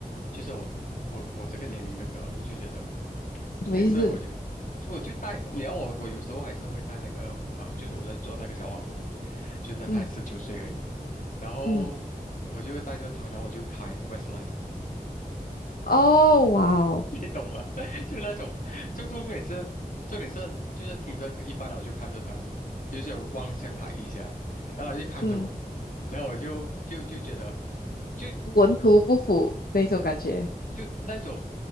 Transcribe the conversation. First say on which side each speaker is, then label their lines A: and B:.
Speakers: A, on the left; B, on the left.
A: 就是我我我这个年龄的歌，我就觉得，重点是我就
B: 什么意思？
A: 我就带，你要我我有时候还是会带那个啊，就是我在做那个小网红，就那才十九岁而已，
B: 嗯
A: 然后我就带着他，
B: 嗯，
A: 然后我就开 Westlife。
B: 哦哇哦，
A: 你懂吗？<laughs> 就是那种，重重点是，重点是，就是听着歌一般我就看着他，就是有望向他一下，然后他就看着我，
B: 嗯，
A: 然后我就就就觉得，就
B: 文图不符那种感觉。
A: 就那种